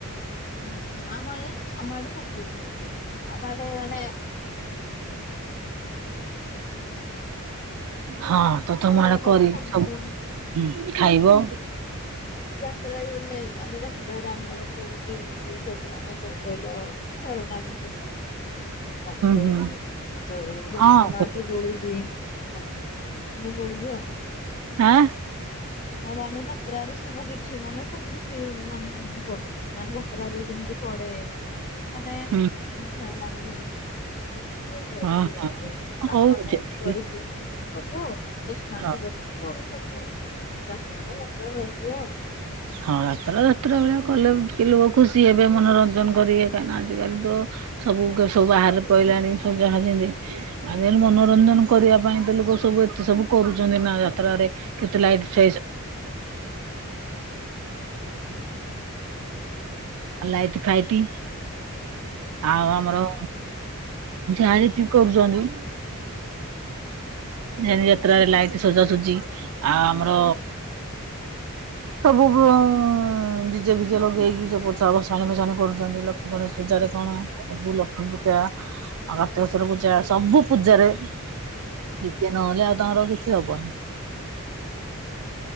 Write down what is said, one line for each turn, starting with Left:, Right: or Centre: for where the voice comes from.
Left: ହମ ଆମ ଆଡ଼େ ଆମ ଆଡେ ସବୁ ହଉଛି। ଆମ ଆଡେ ମାନେ
Right: ହଁ। ହଁ। ତ ତମ
Left: କହିବାକୁ
Right: ଆଡେ କରିକି
Left: ଗଲେ ସବୁ
Right: ହୁଁ ସବୁ ଖାଇବ।
Left: <unintelligible> ବାଲିଯାତ୍ରାରେ ଆମର ପଡୁଛି। ଯଉ ସବୁ ମାନେ କଣ କହିଲ ଖେଳନା ଜିନିଷ ସବୁ ପଡୁଚି। କଣ ଏଇ
Right: ହୁଁ
Left: ଯୋଉ ବା
Right: ହଁ
Left: ସମାଧି
Right: ସେତିକି
Left: ବଡୁଛି। ବା ସବୁ ପଡୁଚି ଆଉ
Right: ଆଁ
Left: <unintelligible> ଯାତ୍ରରେ ସବୁ କିଛି ମାନେ ସବୁ କିଛି ମାନେ ପଡୁଛି। ମାନେ ଯାତ୍ରରେ ଯେମିତି ପଡେ ମାନେ ମୁଁ
Right: ହୁଁ
Left: ଖେଳନାଟା <unintelligible>
Right: ହଁ ହଁ ହଉ ଯେତିକି
Left: <unintelligible> ଧରିକି ସବୁ ଆଉ ଟେସନାରୀ
Right: ହଁ
Left: ଠୁ <unintelligible> ଯାତ୍ରାଟା ଯାତ୍ରା ହୁଏ ଆଉ।
Right: ହ ହଁ ଯାତ୍ରା ଯାତ୍ରା ଭଳିଆ କଲେ କିଲୋ ଖୁସି ହେବେ ମନୋରଞ୍ଜନ କରିବେ କାହିଁକିନା ଆଜିକାଲି ତ ସବୁକ ସବୁ ବାହାରେ ପଡିଲାଣି ସବୁ ଯାହା ଯେତି ଆଜିକାଲି ମନୋରଞ୍ଜନ କରିବା ପାଇଁ ତ ଲୋକ ସବୁ ଏତେ ସବୁ କରୁଛନ୍ତି ନା ଯାତ୍ରାରେ କେତେ ଲାଇଟ୍ ସେଇସ
Left: ହୁଁ
Right: ଲାଇଟି ଫାଇଟି ଆଉ ଆମର ଯାଣିକି କରୁଛନ୍ତି। ଯେମିତି ଯାତ୍ରାରେ ଲାଇଟ ସଜାସଜି ଆଉ ଆମର ସବୁ ଡ଼ି ଜେ ଭିଜେ ଲଗେଇକି <unintelligible> ଭସାଣି ଫସାଣି କରୁଛନ୍ତି ଲୋକ ଗଣେଷ ପୂଜାରେ କଣ ପ୍ରଭୁ ଲକ୍ଷ୍ମୀ ପୂଜା ଆଉ କାର୍ତ୍ତିକେଶ୍ୱର ପୂଜା ସବୁ ପୂଜାରେ।
Left: ହୁଁ ହୁଁ।
Right: ଦିତେ ନହେଲେ ଆଉ ତାଙ୍କର କିଛି ହବନି।